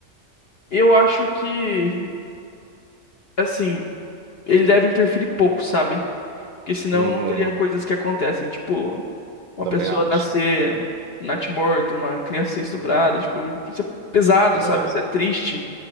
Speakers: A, on the left; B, on the right.
A: eu acho que, assim, ele deve interferir pouco, sabe? Porque senão
B: Uhum,
A: não teria coisas que acontecem, tipo, uma
B: também
A: pessoa
B: acho.
A: nascer natimorto, uma criança ser estuprada, tipo, isso é pesado,
B: Ah.
A: sabe? Isso é triste.